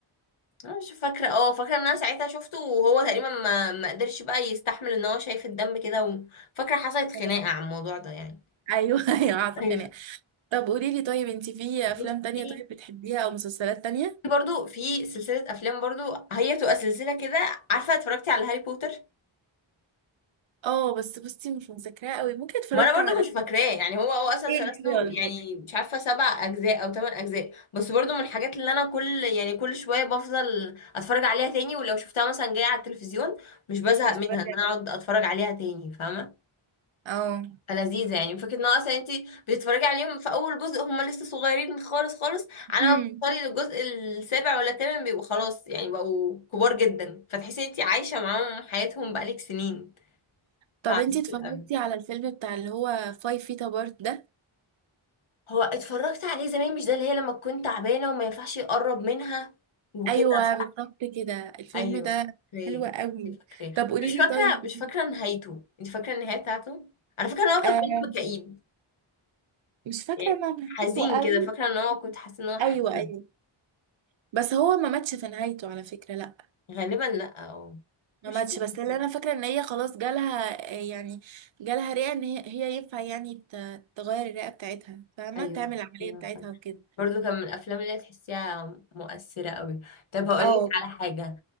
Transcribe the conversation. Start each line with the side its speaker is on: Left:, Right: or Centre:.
Left: انا مش فاكره اه فاكره ان انا ساعتها شفته وهو تقريبا ما ما قدرش بقى يستحمل ان هو شايف الدم كده وفاكره حصلت
Right: اه.
Left: خناقه على الموضوع ده يعني
Right: ايوه <laughs> ايوه عارفه
Left: ايوه
Right: طب قولي لي طيب انت في افلام
Left: بصي
Right: تانية طيب بتحبيها او مسلسلات تانية
Left: برضو في سلسلة أفلام برضو هي بتبقى سلسلة كده عارفة اتفرجتي على هاري بوتر
Right: اه بس بصي مش مذاكراها قوي ممكن اتفرجت
Left: ما أنا
Right: على
Left: برضو مش فاكراه يعني هو هو أصلا
Right: ايه
Left: سلسله
Right: كده ولا
Left: يعني
Right: حاجة
Left: مش عارفة سبع أجزاء أو تمن أجزاء بس برضو من الحاجات اللي أنا كل يعني كل شوية بفضل أتفرج عليها تاني ولو شفتها مثلا جاية على التلفزيون مش بزهق
Right: اتفرجت
Left: منها إن
Right: على
Left: أنا
Right: ايه؟
Left: أقعد أتفرج عليها تاني فاهمة
Right: اه
Left: فلذيذة يعني فكرة ان هو اصلا انت بتتفرجي عليهم في اول جزء هم لسه صغيرين خالص خالص على
Right: مم.
Left: ما بتوصلي للجزء السابع ولا الثامن بيبقوا خلاص يعني بقوا كبار جدا فتحسي ان انت عايشة معاهم حياتهم بقالك سنين
Right: طب
Left: فعسول
Right: انت اتفرجتي
Left: أوي.
Right: على الفيلم بتاع اللي هو فايف فيتا بارت ده
Left: هو اتفرجت عليه زمان مش ده اللي هي لما كنت تعبانة وما ينفعش يقرب منها وكده
Right: ايوه بالظبط
Left: صح؟
Right: كده الفيلم
Left: ايوه
Right: ده
Left: فاكراه
Right: حلو قوي
Left: فاكراه
Right: طب قولي
Left: بس مش
Right: لي
Left: فاكرة
Right: طيب
Left: مش فاكرة نهايته انت فاكرة النهاية بتاعته؟ انا فاكرة ان هو كان
Right: آه
Left: فيلم كئيب
Right: مش فاكرة
Left: يعني
Right: انا نهايته
Left: حزين
Right: قوي
Left: كده فاكرة ان هو كنت حاسة ان هو حزين
Right: ايوه ايوه بس هو ما ماتش في نهايته على فكرة لا
Left: غالبا لا اه
Right: ما
Left: مش
Right: ماتش
Left: فاكرة
Right: بس اللي انا فاكره ان هي خلاص جالها يعني جالها رئه ان هي هي ينفع يعني ت- تغير الرئه بتاعتها فما
Left: ايوه
Right: تعمل العمليه
Left: ايوه
Right: بتاعتها
Left: فاكرة
Right: وكده
Left: برضو كان من الافلام اللي تحسيها مؤثرة قوي طب هقول
Right: اه
Left: لك على حاجة